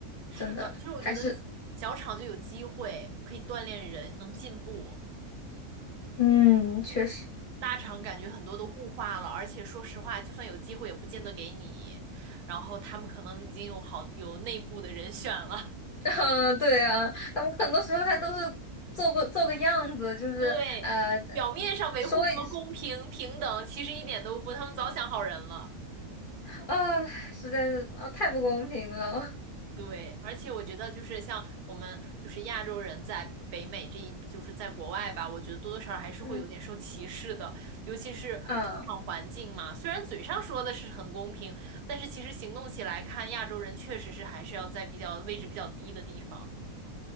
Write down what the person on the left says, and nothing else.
真的还是
嗯，确实，
<laughs> 啊，对啊，他们很多时候他都是做个做个样子，
就是呃，
所以
啊，实在是啊，太不公平了，
<laughs> 嗯
啊。